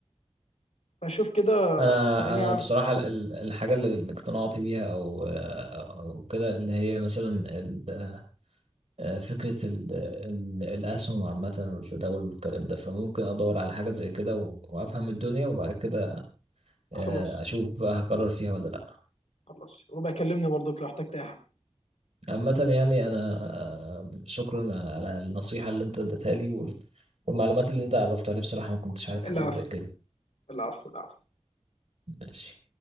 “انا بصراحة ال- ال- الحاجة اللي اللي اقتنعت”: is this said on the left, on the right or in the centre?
Right